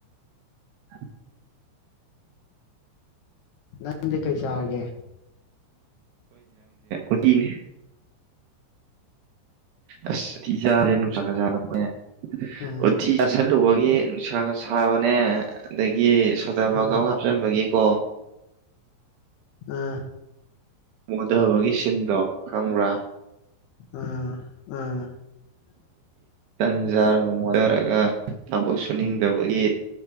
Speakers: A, on the right; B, on the left.
A: <inaudible>
B: ꯅꯪꯗꯤ ꯀꯩ ꯆꯥꯔꯒꯦ
A: ꯎꯠꯇꯤꯅꯦ ꯑꯁ ꯎꯇꯤꯆꯥꯖꯦ ꯅꯨꯡꯁꯥ ꯖꯂꯄꯩꯅꯦ
B: ꯎꯝ
A: ꯎꯠꯇꯤ ꯆꯥꯁꯜꯂꯨꯕꯒꯤ ꯅꯨꯡꯁꯥꯒ ꯁꯥꯕꯅꯦ ꯑꯗꯒꯤ ꯁꯗꯥꯕꯥꯒꯝ
B: ꯎꯝ
A: ꯑꯃ ꯍꯞꯅꯟꯕꯒꯤ ꯀꯣ
B: ꯑꯥ
A: ꯃꯨꯊꯕꯒꯤ ꯁꯤꯟꯗꯣ ꯈꯪꯕ꯭ꯔꯥ
B: ꯑꯥ ꯑꯥ
A: ꯇꯟ ꯆꯥꯔ ꯃꯣꯠꯊꯔꯒ ꯊꯕꯛ ꯁꯨꯅꯤꯡꯗꯕꯒꯤ